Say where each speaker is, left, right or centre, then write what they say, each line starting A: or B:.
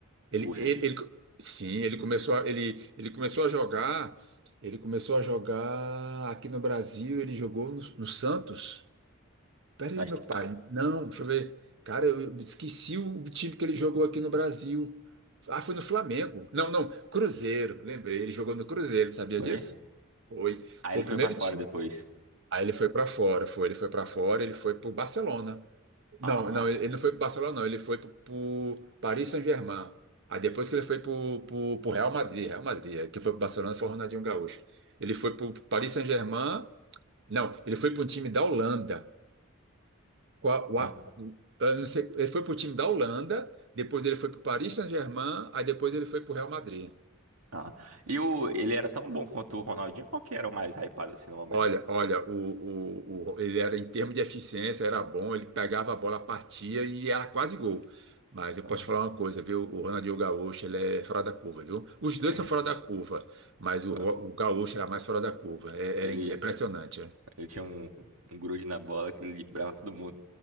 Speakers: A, on the right; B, on the right.
A: ele,
B: O, sim,
A: ele,
B: sim.
A: ele- sim, ele começou a, ele, ele começou a jogar. Ele começou a jogar aqui no Brasil, ele jogou no, no Santos. Peraí,
B: acho
A: meu
B: que
A: pai.
B: ah,
A: Não, deixa eu ver. Cara, eu esqueci o time que ele jogou aqui no Brasil. Ah, foi no Flamengo. Não, não, Cruzeiro. Lembrei, ele jogou no Cruzeiro, sabia
B: foi.
A: disso? Foi.
B: Aí
A: Foi
B: ele
A: o
B: foi
A: primeiro
B: pra fora
A: time.
B: depois.
A: Aí ele foi pra fora, foi. Ele foi pra fora, ele foi pro Barcelona. Não,
B: Ah.
A: não, ele não foi pro Barcelona, não. Ele foi pro, pro Paris Saint-Germain. Aí depois que ele foi pro, pro, pro Real Madrid, Real Madrid. Aí Quem foi pro Barcelona foi o Ronaldinho Gaúcho. Ele foi pro Paris Saint-Germain. Não, ele foi pro um time da Holanda. Qua- Wa-
B: é.
A: eu não sei, ele foi para o time da Holanda, depois ele foi para o Paris Saint-Germain, aí depois ele foi para o Real Madrid.
B: Ah, e o, ele era tão bom quanto o Ronaldinho? Qual que era o mais hypado assim no momento?
A: Olha, olha, o, o, o- ele era em termos de eficiência, era bom, ele pegava a bola, partia e era quase gol. Mas eu
B: Ah,
A: posso te falar uma coisa, viu? O Ronaldinho Gaúcho, ele é fora da curva, viu? Os dois
B: é,
A: são fora da curva, mas o,
B: ó,
A: Ro- o Gaúcho era mais fora da curva. É,
B: ele,
A: era impressionante, é.
B: ele tinha um, um grude na bola que ele librava todo mundo.